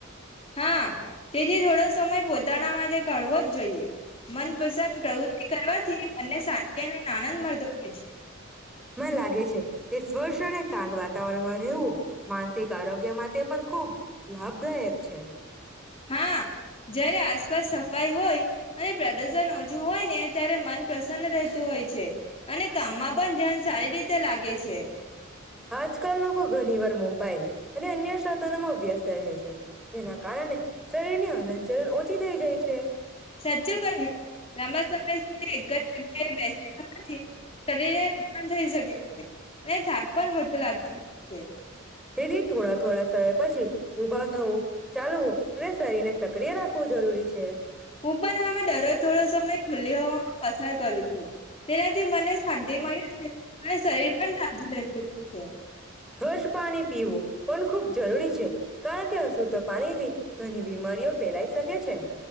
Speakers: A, on the left; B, in the centre.
A: હા તેથી થોડો સમય પોહચ તાણા માટે કવો જ જોઈએ મનપસંદ પ્રવૃતિ કરવાથી મને શાંતિને આનંદ મળતો હોય છે.
B: મને લાગે છે કે સ્પર્શ અને સાત વાત વાતાવરણમાં રહેવું માનસિક આરોગ્યમાં તે પણ ખૂબ લાભદાયક છે.
A: હા જ્યારે આસપાસ સફાઈ હોય અને પ્રદુષણ ઓછું હોય ને ત્યારે મન પ્રસન્ન રહેતું હોય છે અને કામમાં પણ ધ્યાન સારી રીતે લાગે છે.
B: આજકાલ લોકો ઘણી વાર મોબાઈલ અને અન્ય સાધનોમાં વ્યસ્ત રહે છે. જેના કારણે શરીરની હલનચલન ઓછ ઓછી થઇ જાય છે.
A: સાચચું કહ્યું લાંબા સમય સુધી એક જ જગ્યાએ બેસીવાથી શરીરને ઠકાન થઈ શકે છે ને થાક પણ મોટું લાગતું છે
B: દે દી થોડા થોડા સમય પછી. ઉભા થવું ચાલવું અને શરીરને સક્રિય રાખવું જરૂરી છે.
A: હું પણ હવે દરરોજ થોડો સમય ખુલ્લી હવામાં પસાર કરું છું તેનાથી મને શાંતિ મળે છે અને શરીર પણ તાજું રહેતું હોય છે
B: સ્વચ્છ પાણી પીવું પણ ખુબ જરૂરી છે. છે. કારણ કે શુદ્ધ પાણી થી ઘણી બીમારીઓ ફેલાય શકે છે.